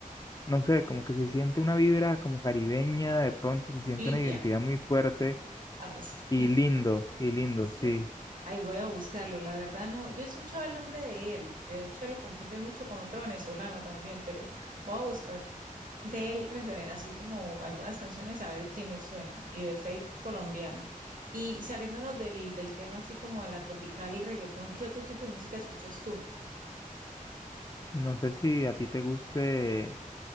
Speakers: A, on the left; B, on the right.
A: no sé, como que se siente una vibra como caribeña, de pronto se siente
B: limpia.
A: una identidad muy fuerte
B: Ah, pues,
A: y
B: <laughs>
A: lindo, y lindo,
B: sí.
A: sí.
B: Ahí voy a buscarlo. La verdad no, yo he escuchado el nombre de él. De hecho, lo confunden mucho con otro venezolano también, pero voy a buscar de él referen- así como algunas canciones a ver qué me suena. Y de Fate colombiano. Y saliéndonos del, del tema así como a la tropical, el reggaetón, ¿qué otro tipo de música escuchas tú?
A: No sé si a ti te guste